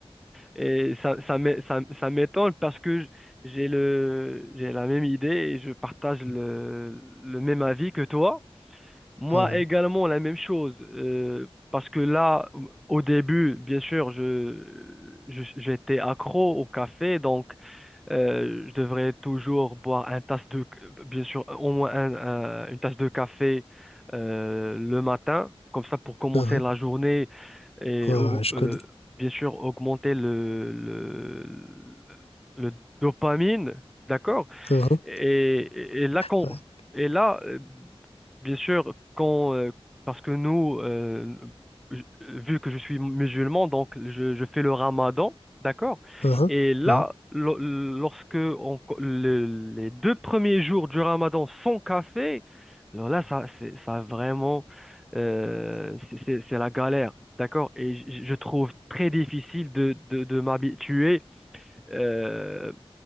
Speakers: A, in the centre; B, on the left (about 70°).
A: Et ça, ça m'é- ça- ça m'étonne parce que j'ai le, j'ai la même idée et je partage le, le même avis que toi. Moi
B: Ah.
A: également, la même chose. euh, parce que là, au début, bien sûr, je, je- j'étais accro au café, donc euh, je devrais toujours boire un tasse de, bien sûr, au moins un- un- une tasse de café euh, le matin, comme ça pour commencer
B: Uhum.
A: la journée et
B: Ouais,
A: au-
B: ouais, ouais, je
A: euh,
B: connais.
A: bien sûr augmenter le, le, le dopamine, d'accord?
B: Uhum.
A: Et, et là, quand,
B: Ouais.
A: et là, euh, bien sûr, quand, euh, parce que nous, euh, je- vu que je suis musulman, donc je, je fais le ramadan, d'accord?
B: Uhum.
A: Et là,
B: Uhum.
A: lo- lorsque on- co- le- les deux premiers jours du ramadan sont café, alors là, ça, c'est, ça vraiment, euh, c'est c'est- c'est la galère, d'accord? Et je, je trouve très difficile de, de, de m'habituer euh,